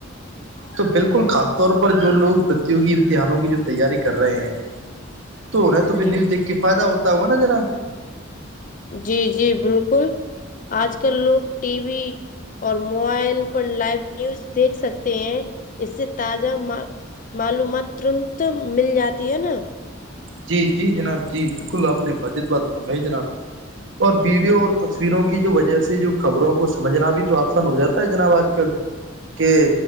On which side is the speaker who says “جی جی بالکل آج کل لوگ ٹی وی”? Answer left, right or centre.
Left